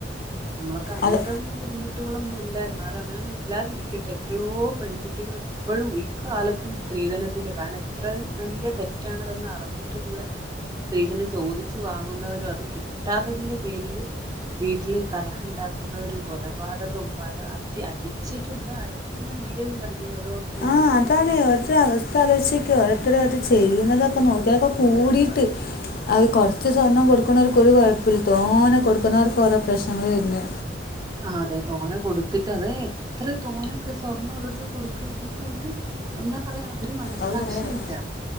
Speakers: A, on the right (about 20°); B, on the left (about 55°).
A: നമ്മളൊക്കെ അങ്ങനത്തെ
B: അത്
A: ബുധിമുട്ട് ട്ടുകാളൊന്നുല്ല എന്നാലും അങ്ങനെയൊന്നും ഇല്ലാതിരിക്കട്ടെ, എത്രയോ പെൺകുട്ടികൾ ഇപ്പഴും ഇക്കാലത്തും സ്ത്രീധനത്തിന്റെ കാരണം എത്ര വെല്ല്യ തെറ്റാണതെന്ന് അറിഞ്ഞിട്ട് കൂടെ സ്ത്രീധനം ചോദിച്ചു വാങ്ങുന്നവരോ അത് കിട്ടാത്തതിന്റെ പേരില് വീട്ടില് കലഹ ഉണ്ടാക്കുന്നവരും കൊലപാതകം പല അടി അടിച്ചിട്ടുണ്ട് അടിക്കുന്ന വീഡിയൊക്കെ കണ്ടില്ലേ ഓരോ ഇതിനാത്?
B: ആ അതാണ് ഓരോത്തരടെ അവസ്ഥലോച് ഓരോരുതാരോത്തർ ചെയ്യുന്നതൊക്കെ നോക്കിയാല കൂടിട്ട് അ കൊറച്ച് സ്വർണം കൊടുക്കുന്നവർക്ക് ഒരു കൊഴപ്പില്ല തോനെ കൊടുക്കുന്നവർക്ക് ഓരോ പ്രശ്നങ്ങൾ വരുന്നേ
A: അതെ തോനെ കൊടുത്തിട്ട് അത് എത്ര തോനെ സ്വർണ്ണം ഓരോരുത്തർ കൊടുക്ക്ന്ന്‌ എന്നിട്ട് ഒര് എന്താ പറയാ ഒരു മനസാക്ഷിയും
B: അത് കുറേ ആയി.
A: ഇല്ല